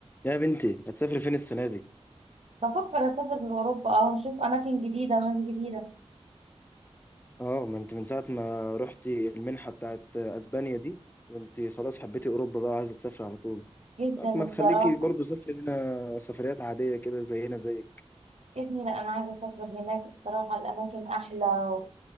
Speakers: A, on the left; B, on the right.
A: يا بنتي هتسافري فين السنة دي؟
B: بفكر أسافر لأوروبا أه ونشوف أماكن جديدة وناس جديدة
A: اه ما انت من ساعة ما رحتي المنحة بتاعت اسبانيا دي وانت خلاص حبيتي اوروبا بقى وعايزة تسافري على طول
B: جدا
A: طب ما
B: الصراحة
A: تخليكي برضو سافري هنا سفريات عادية كده زينا زيك
B: يا ابني لأ أنا عايزة أسافر هناك الصراحة الأماكن أحلى و...